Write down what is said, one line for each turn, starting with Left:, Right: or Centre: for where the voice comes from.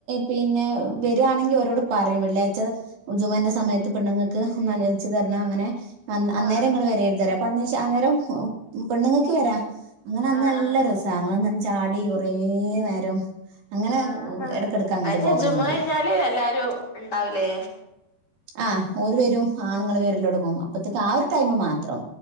Right: പിന്നെ വരുയാണെങ്കിൽ ഒരോട് പറയും വെള്ളിയാഴ്ച ജുമുഅന്റെ സമയത്ത് പെണ്ണുങ്ങൾക്ക് ഒന്ന് അനുവദിച്ചു തരണം അങ്ങനെ അ അന്നേരം
Left: ആ
Right: ഇങ്ങള് വരര് ത് ന്ന് പറയും അപ്പൊ എന്ന്ച്ച അന്നേരം പെണ്ണുങ്ങൾക്ക് വരാ. അങ്ങനെ അന്ന്
Left: ആ ആ
Right: നല്ല
Left: ആ
Right: രസാ ഞൻങ്ങള് അങ്ങനെ ചാടി കൊറെ നേരം. അങ്ങനെ
Left: ആ
Right: ഇടക്കിടക്ക് അങ്ങോട്ട്
Left: അതിന്റെ
Right: പോവലണ്ട്.
Left: ജുമുഅ കഴിഞ്ഞാല് എല്ലാരും ഉണ്ടാവൂലേ
Right: ആഹ് ഒര് വരും ആണുങ്ങൾ വരെല്ലോടെങ്ങും അപോ അപ്പത്തേക്ക് ആ ഒരു ടൈമ് മാത്രം